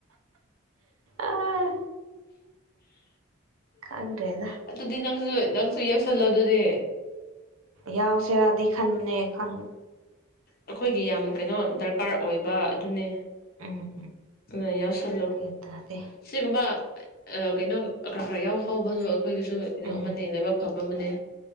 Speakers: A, on the right; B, on the left.
A: ꯑꯥ ꯈꯪꯗ꯭ꯔꯦꯗ
B: ꯎ ꯑꯗꯨꯗꯤ ꯅꯪꯁꯨ ꯅꯪꯁꯨ ꯌꯦꯎꯁꯜꯂꯣ ꯑꯗꯨꯅꯦ
A: ꯌꯥ ꯆꯦꯔꯥꯗꯤ ꯈꯟꯕꯅꯦ ꯈꯪ
B: ꯑꯩꯈꯣꯏꯒꯤ ꯌꯥꯝ ꯀꯩꯅꯣ ꯗꯔꯀꯥꯔ ꯑꯣꯏꯕ ꯑꯗꯨꯅꯦ
A: ꯎꯝ
B: ꯑ ꯌꯥꯁꯂꯣ
A: ꯒ꯭ꯌꯥꯟ ꯇꯥꯗꯦ
B: ꯁꯤꯒꯕ ꯑ ꯀꯩꯅꯣ ꯈꯔ ꯈꯔ ꯌꯥꯎ ꯍꯥꯎꯕꯁꯨ ꯑꯩꯈꯣꯏꯒꯤꯁꯨ ꯀꯩꯅꯣ
A: ꯎꯝ
B: ꯑꯃꯅꯤ ꯂꯥꯏꯕꯛ ꯐꯕ ꯃꯅꯦ